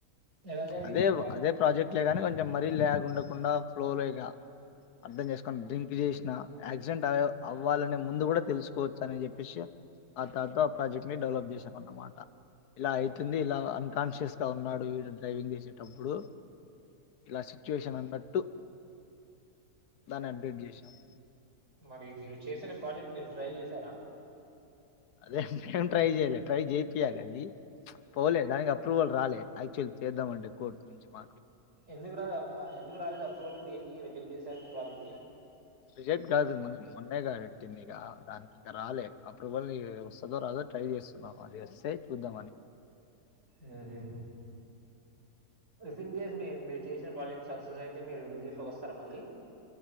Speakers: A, on the right; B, on the left.
A: ఎలా జరిగింది
B: అదే
A: మీ
B: ఓ అదే ప్రాజెక్ట్ లేగాని కొ చామ్ మరీ ల్యాగ్ ఉండకుండా ఫ్లో లో ఈగ అర్థం చేసుకుని డ్రింక్ చేసినా యాక్సిడెంట్ అవ్యవ్ అవ్వాలనే ముందు కూడా తెలుసుకోవచ్చు అని చెప్పేసి ఆ తాత ఆ ప్రాజెక్ట్ ని డెవలప్ చేసి అన్నమాట ఇలా అయితుంది
A: అచ్చా
B: ఇలా అన్కాన్షియస్ ఇట్టా ఉన్నాడు వీడు డ్రైవింగ్ చేసేటప్పుడు ఇలా సిచ్యువేషన్ అన్నట్టు దాన్ని అప్డేట్ చేసినవ్
A: మరీ మీరు చేసిన ప్రాజెక్ట్ మీరు ట్రైల్ చేశారా
B: అదేేం ట్రై చేయలే ట్రై చేపియాలి అది పోలేదు దానికి అప్రూవల్ రాలే యాక్చువల్ చేద్దామంటే కోర్టు నుంచి మాకు
A: ఎందుకు రాద్ ఆ ఎందుకు రాలేదు అప్రూవల్ దేనికి రిజెక్ట్ చేశారు మీ ప్రాజెక్ట్ ని
B: రిజెక్ట్ కాదు మనం మొన్నేగా పెట్టింది ఇక దానికి ఇంక రాలే అప్రూవల్ ఇగ వస్తుందో రాదో ట్రై చేస్తున్నాం అది వస్తే చూద్దామని
A: ఉహు ఇఫ్ ఇన్ కేేస్ మీరు చేసిన ప్రాజెక్ట్ సక్సెస్ అయితే మీరు వస్తారా మళ్ళీ